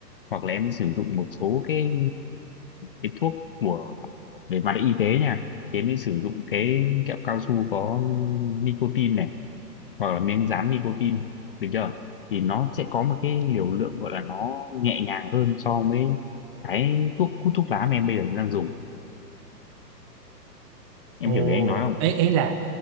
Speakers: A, on the left; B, on the right.
A: hoặc là em sử dụng một số cái cái thuốc của về mặt y tế nha thì em sẽ sử dụng cái kẹo cao su có nicotine này hoặc là miếng dán nicotine được chưa thì nó sẽ có một cái liều lượng gọi là nó nhẹ nhàng hơn so với cái thuốc hút thuốc lá mà em bây giờ em đang dùng em
B: ồ
A: hiểu ý anh nói không
B: ý ý là